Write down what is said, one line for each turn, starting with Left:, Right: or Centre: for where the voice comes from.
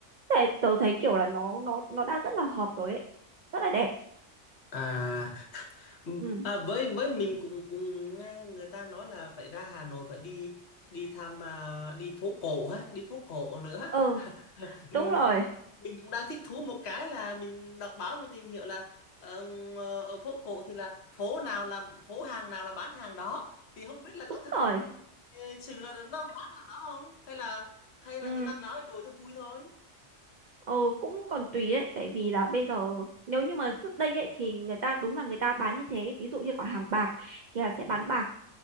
Right: Thế tớ thấy kiểu là nó nó nó đã rất là hợp rồi ấy. Rất là đẹp.
Left: à Ừ,
Right: ừ
Left: À, với với mình cũng cũng nghe người ta nói là phải ra Hà Nội phải đi đi thăm à, đi phố cổ ha đi phố cổ nữa
Right: Ừ,
Left: <laughs> Ừ,
Right: đúng rồi,
Left: mình cũng đang thích thú một cái là mình đọc báo mình tìm hiểu là ờ, ờ, ở phố cổ thì là phố nào là phố hàng nào là bán hàng đó thì không biết là
Right: đúng
Left: có thực
Right: rồi.
Left: <laughs> thực sự là nó bán hàng đó không hay là hay là
Right: Ừ,
Left: người ta nói đùa cho vui thôi
Right: ừ cũng còn tùy đấy, tại vì là bây giờ nếu như mà trước đây ấy thì người ta đúng là người ta bán như thế, ví dụ như quả hàng bạc thì là
Left: ừ.
Right: sẽ bán bạc,